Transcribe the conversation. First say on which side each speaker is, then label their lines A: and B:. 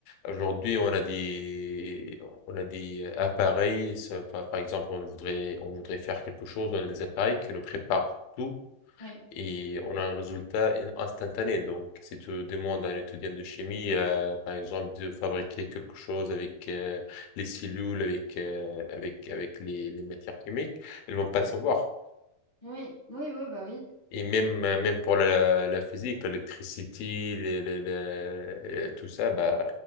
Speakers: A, on the left; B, on the left.
A: Aujourd'hui, on a des, on a des appareils. ça- enfin, par exemple, on voudrait, on voudrait faire quelque chose. On a des appareils qui nous préparent tout
B: Oui,
A: et on a un résultat instantané. Donc, si tu demandes à un étudiant de chimie, euh, par exemple, de fabriquer quelque chose avec euh, les cellules, avec, euh, avec, avec les, les matières chimiques, ils vont pas le savoir.
B: oui, oui, oui, bah oui.
A: Et même, euh, même pour la, la physique, l'électricité, les- les- les- tout ça, bah,